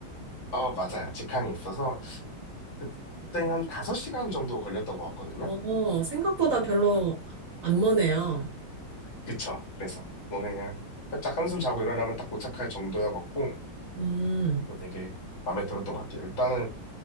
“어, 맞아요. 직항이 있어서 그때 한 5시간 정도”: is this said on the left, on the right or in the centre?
Left